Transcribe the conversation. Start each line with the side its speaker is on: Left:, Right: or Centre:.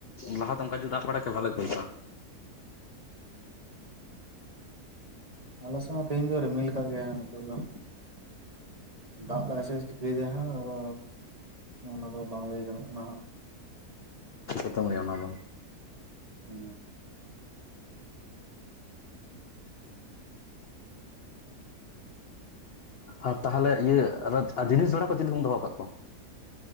Left: ᱞᱟᱦᱟᱛᱮ ᱚᱱᱠᱟ ᱡᱩᱫᱤ ᱫᱟᱜ ᱵᱟᱲᱟ ᱠᱮᱭᱟ ᱵᱷᱟᱞᱮ ᱦᱩᱭ ᱠᱚᱜ-ᱟ ᱾
Right: ᱟᱞᱮ ᱥᱮᱫ ᱦᱚᱸ ᱛᱮᱦᱤᱧ ᱫᱚ ᱨᱤᱢᱤᱞ ᱟᱠᱟᱫ ᱜᱮᱭᱟ ᱱᱤᱛᱚᱜ ᱫᱚ ᱫᱟᱜ ᱫᱟᱭ ᱥᱮ ᱪᱤᱠᱟᱹᱭᱮᱫᱟᱭ ᱦᱟᱸᱜ ᱟᱫᱚ ᱚᱱᱟ ᱫᱚ ᱵᱟᱝ ᱞᱟᱹᱭ ᱜᱟᱱᱚᱜ ᱠᱟᱱᱟ ᱦᱟᱸᱜ
Left: ᱪᱤᱠᱟᱛᱮᱢ ᱞᱟᱹᱭᱟ ᱚᱱᱟ ᱫᱚ
Right: ᱦᱩᱸ
Left: ᱟᱨ ᱛᱟᱦᱚᱞᱮ ᱤᱭᱟᱹ ᱡᱤᱱᱤᱥ ᱡᱚᱲᱟ ᱠᱚ ᱪᱮᱫ ᱞᱮᱠᱟᱢ ᱫᱚᱦᱚᱸ ᱟᱠᱟᱜ ᱠᱚᱣᱟ?